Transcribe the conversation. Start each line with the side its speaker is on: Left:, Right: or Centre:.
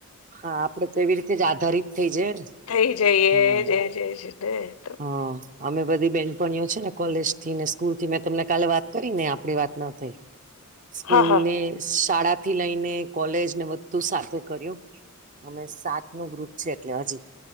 Right: હા આપડે તો એવી રીતે જ આધારિત થઈ જાય ને
Left: થઈ જઈએ
Right: હમ
Left: જયય છે ને તો
Right: હા અમે બધી બે છે ને કોલેજ થી ને સ્કૂલ થી મેં તમને કાલે વાત કરી ને આપડી વાત ના થઈ. સ્કૂલ
Left: હા હા
Right: ને શાળા થી લઈને કોલેજ ને બધું સાથે કર્યું અમે સાત નો ગ્રુપ છે એટલે હજી